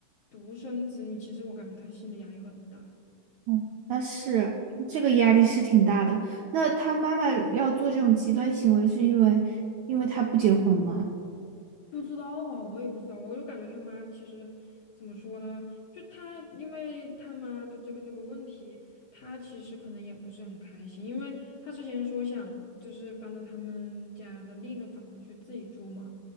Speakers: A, on the left; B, on the right.
A: 独生子女，其实我感觉他心理压力很大。
B: 嗯，那是这个压力是挺大的。那他妈妈要做这种极端行为，是因为因为他不结婚吗？
A: 不知道啊，我也不知道，我就感觉他妈其实怎么说呢？就他，因为他妈的这个这个问题，他其实可能也不是很开心，因为他之前说想就是搬到他们家的另一个房子去自己住嘛，